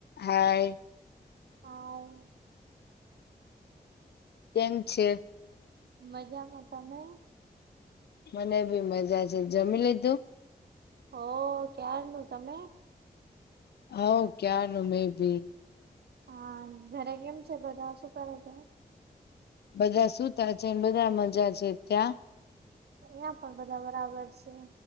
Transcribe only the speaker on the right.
how
મજામાં તમે
હો ક્યારનું તમે
હા ઘરે કેમ છે બધા શું કરે છે
અહિયાં પણ બધા બરાબર છે